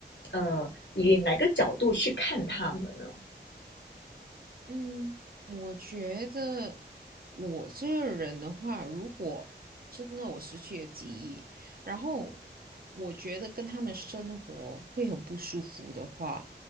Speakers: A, on the left; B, on the right.
A: 呃，以哪个角度去看他们呢？
B: 嗯，我觉得我这个人的话，如果真的我失去了记忆，然后我觉得跟他们生活会很不舒服的话，